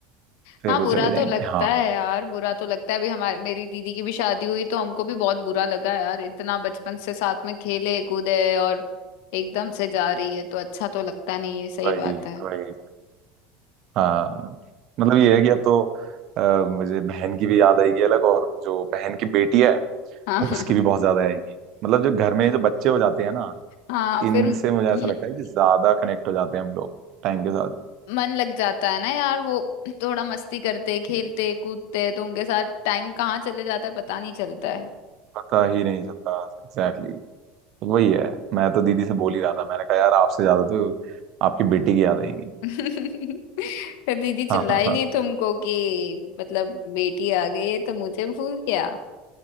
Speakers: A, on the right (about 55°); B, on the left (about 75°).
A: फिर
B: हाँ
A: वो
B: बुरा
A: चले
B: तो
A: जाएंगे
B: लगता
A: हाँ
B: है यार बुरा तो लगता है अभी हमारे मेरी दीदी की भी शादी हुई तो हमको भी बहुत बुरा लगा यार इतना बचपन से साथ में खेले कूदे और एकदम से जा रही है तो अच्छा तो लगता नहीं है सही
A: वही
B: बात है
A: वही हाँ मतलब ये है कि अब तो अ, मुझे बहन की भी याद आएगी अलग और जो बहन की बेटी है
B: हाँ
A: उसकी
B: <laughs>
A: भी बहुत ज्यादा आएगी मतलब जो घर में जो बच्चे हो जाते हैं ना
B: हाँ
A: इनसे
B: फिर
A: मुझे ऐसा लगता है
B: <clears throat>
A: कि ज्यादा कनेक्ट हो जाते हैं हम लोग टाइम के साथ
B: मन लग जाता है ना यार वो थोड़ा मस्ती करते खेलते कूदते तो उनके साथ टाइम कहाँ चले जाता है पता नहीं चलता है
A: पता ही नहीं चलता एग्जैक्टली exactly. तो वही है मैं तो दीदी से बोल ही रहा था मैंने कहा यार आपसे ज्यादा तो आपकी बेटी की याद आएगी
B: <laughs> तो दीदी चिल्लाई
A: हाँ हाँ हाँ
B: नहीं तुमको कि मतलब बेटी आ गई है तो मुझे भूल गया